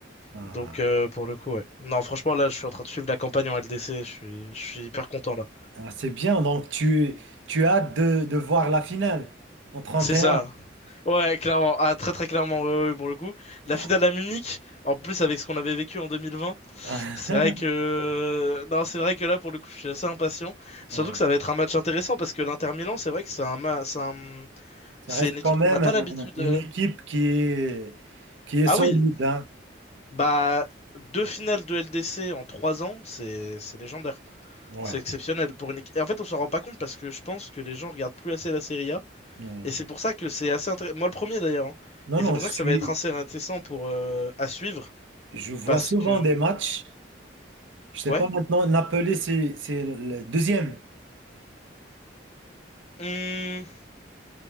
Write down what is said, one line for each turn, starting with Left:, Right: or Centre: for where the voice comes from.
Right: Ah,
Left: Donc, euh, pour le coup, ouais. Non, franchement, là, je suis en train de suivre la campagne en LDC. Je suis, je suis hyper content, là.
Right: ah, c'est bien. Donc, tu, tu as hâte de, de voir la finale en 31.
Left: C'est ça. Ouais, clairement. Ah, très très clairement, ouais, ouais, ouais, pour le coup. La
Right: Ah,
Left: finale à Munich, en plus avec ce qu'on avait vécu en 2020,
Right: ah,
Left: c'est
Right: <laughs>
Left: vrai que... Non, c'est vrai que là, pour le coup, je suis assez impatient. Surtout
Right: ouais.
Left: que ça va être un match intéressant parce que l'Inter Milan, c'est vrai que c'est un, ma- c'est un-
Right: Ça
Left: c'est
Right: reste
Left: une équipe
Right: quand même
Left: qu'on n'a pas
Right: un-
Left: l'habitude...
Right: un- une
Left: euh.
Right: équipe qui est, qui est
Left: Ah
Right: solide,
Left: oui,
Right: hein.
Left: bah, deux finales de LDC en trois ans, c'est c'est légendaire.
Right: Ouais.
Left: C'est exceptionnel pour une équipe. Et en fait, on s'en rend pas compte parce que je pense que les gens regardent plus assez la Serie A.
Right: Euh,
Left: Et c'est pour ça que c'est assez intéressant. Moi, le premier d'ailleurs. hein.
Right: non,
Left: Et
Right: non,
Left: c'est pour
Right: je
Left: ça
Right: suis,
Left: que ça va être assez intéressant pour euh, à suivre.
Right: je vois
Left: Parce
Right: souvent
Left: que.
Right: des matchs. Je sais
Left: Ouais.
Right: pas maintenant, Napoli, c'est c'est le deuxième.
Left: Hum,